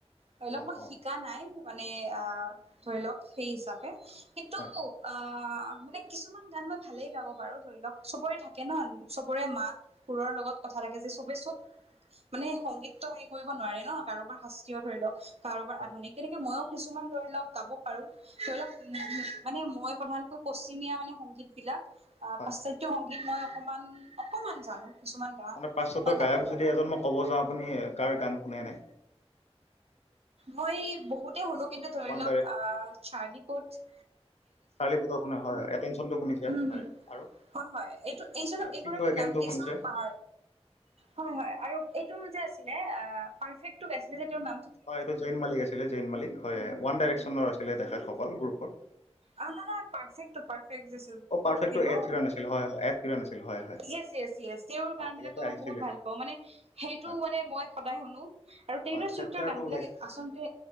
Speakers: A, on the right (about 70°); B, on the left (about 80°).
A: ধৰি লওক
B: অ
A: মই
B: অ
A: শিকা নাই মানে আহ ধৰি লওক সেই হিচাপে কিন্তু
B: হয়
A: আ মানে কিছুমান গান মই ভালেই গাব পাৰো ধৰি লওক চবৰে থাকে ন চবৰে মাত সুৰৰ লগ লগত কথা যে চবে চব মানে সংগীতটো হেৰি কৰিব নোৱাৰে ন কাৰোবাৰ শাস্তিয় ধৰি লওক কাৰোবাৰ
B: হয়
A: আধুনিক তেনেকে মইো কিছুমান ধৰি লওক গাব পাৰো ধৰি লওক মানে মই প্ৰধানকৈ পশ্চিমীয়া মানে সংগীত বিলাক আহ
B: হয়
A: পাশ্চাত্য সংগীত গীত মই অকণমান অকণমান জানো। কিছুমান গান
B: মানে পাশ্চতয়
A: মই
B: গায়ক
A: গাব জানো
B: যদি এজন মই ক'ব যাওঁ আপুনি কাৰ গান শুনেনে।
A: মই বহুতে শুনো কিন্তু ধৰি
B: ওৱান
A: লওক আহ চাৰলিপত
B: চাৰলিপত শুনা হয় এতেঞ্চনটো শুনিচে
A: উম
B: আৰু।
A: হয় হয় এইটো এইজনক এইগৰাকী
B: চিক ৱেগেনটো
A: নাম কি
B: শুনিছে
A: আছিল মই পাহ। হয় হয় আৰু এইটো যে আছিলে পাৰফ্ৰক গাইছিলে তেওঁ নাম।
B: হয় এইটো জৈন মালিক আছিলে জৈন মালিক হয় ওৱান ডাইৰেকশ্যনৰ আছিলে দেখাত সকল গ্ৰুপৰ।
A: আমাৰ পাৰফ্ৰটো পাৰফক্টটো পাৰফেক্ দি সেইটো।
B: অ পাৰফেক্টটো এড চিৰাণ আছিল হয় হয় এড চিৰাণ আছিল হয় হয়
A: এচ য়েছ তেওঁৰ গান
B: অ
A: বিলাকো
B: ইয়াতে
A: মই
B: আহিছিলে
A: বহুত ভাল পাওঁ মানে সেইটো
B: হয়।
A: মানে মই সদায় শুনো আৰু তেই।
B: হয় চেপ্টাৰটো
A: গান বিলাক
B: ওলাইছে
A: আচলতে